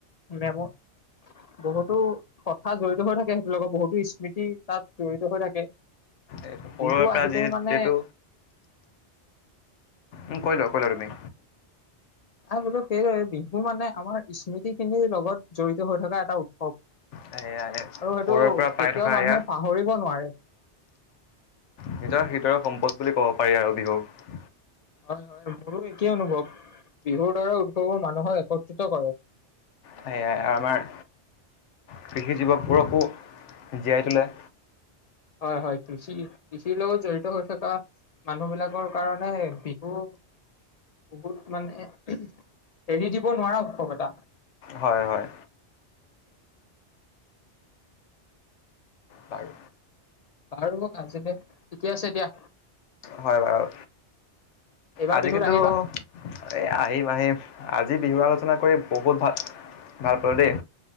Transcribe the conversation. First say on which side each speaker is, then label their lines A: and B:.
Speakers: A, on the left; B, on the left.
A: মেমত বহুতো হথাৎ জড়িত হৈ থাকে সেইটো লগত বহুতো স্মৃতি তাত জড়িত হৈ থাকে
B: এইটো সৰুৰে
A: বিহু
B: পৰা
A: আহিলেই
B: যিহে
A: মানে
B: যিহেতু উম ', কৈ লোৱা, কৈ লোৱা তুমি?
A: নাই বোলো সেইদৰে বিহু মানে আমাৰ স্মৃতি- -খিনিৰ লগত জড়িত হৈ থকা এটা উৎসৱ।
B: সেয়াই
A: আৰু সেইটো
B: সৰুৰে পৰা পাই
A: কেতিয়াও
B: থকা
A: মানুহে
B: এয়া
A: পাহৰিব নোৱাৰে।
B: নিজৰ হৃদয়ৰ সম্পদ বুলি কব পাৰি আৰু বিহুক।
A: হয়- হয় মোৰো একেই অনুভৱ বিহুৰ দ্বাৰা উৎসৱোৰ মানুহক একত্ৰিত কৰে।
B: সেয়াই আমাৰ কৃষি যুৱকবোৰকো জীয়াই তোলে।
A: হয়- হয়। কৃষি, কৃষিৰ লগত জড়িত হৈ থকা মানুহ বিলাকৰ কাৰণে বিহু বহুত মানে এৰি দিব নোৱাৰা উৎসৱ এটা।
B: হয় - হয়। বাৰু
A: বাৰু আজিলে ঠিকে আছে দিয়া।
B: হয় বাৰু।
A: এইবাৰ
B: আজি
A: বিহুত
B: কিন্তু
A: আহিবা
B: এ', আহিম - আহিম। আজি বিহু আলোচনা কৰি বহুত ভাল, ভাল পালো দেই।